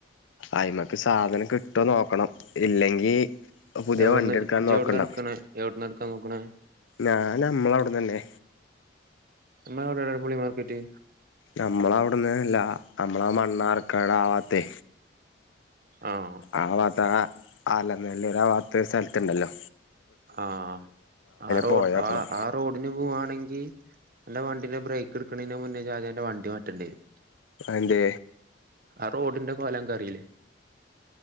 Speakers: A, on the left; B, on the right.
A: അയിമക്ക് സാധനം കിട്ടുവോ നോക്കണം ഇല്ലെങ്കി പുതിയ
B: എവിടന്ന്
A: വണ്ടി എടുക്കാൻ
B: ഇജ്
A: നോക്കണ്ട
B: എവിട്ന്നാ എടക്കണ എവിടന്ന് എടുക്കാൻ നോക്കണ
A: ഞാൻ നമ്മള അവിടന്നന്നെ
B: നമ്മടെ അവിടെ പുളി മാർക്കെറ്റ്
A: നമ്മള അവിടന്ന്ല്ലാ നമ്മളാ മണ്ണാർക്കാട്ആ ഭാഗത്തെ
B: ആഹ്
A: ആ വാത്ത ആ അല നല്ല ആ വാത്ത സ്ഥലത്തണ്ടല്ലോ
B: ആഹ് ആ റോഡ്
A: പോയോക്കണം
B: ആ ആ റോഡിന് പോവാണെങ്കിൽ എന്റെ വണ്ടീ ബ്രേക്ക് എടുക്കണന മുന്നേ ജാം എന്റെ വണ്ടിമാറ്റേണ്ടി വരും
A: എന്തേ
B: ആ റോഡിന്റെ കൊലം നിങ്ങക്കറിയില്ലേ